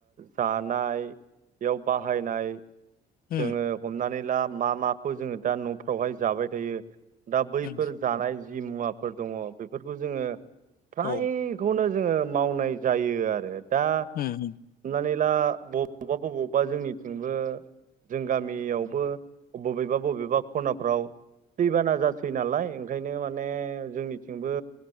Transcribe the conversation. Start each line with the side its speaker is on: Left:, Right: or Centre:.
Right: जानाय बेयाव बाहायनाय जोङो
Left: उम
Right: हमनानै ला मा माखौ जोङो दा न'फ्रावहाय जाबाय थायो। दा बैफोर
Left: उम
Right: जानाय जि मुवाफोर दङ बेफोरखौ जोङो फ्रायखौनो
Left: औ
Right: जोङो मावनाय जायो आरो दा हमनानै
Left: उम
Right: <unintelligible> बबावबा बबावबा जोंनिथिंबो जों गामियावबो बबेबा बबेबा खनाफ्राव दैबाना जासै नालाय ओंखायनो माने जोंनिथिंबो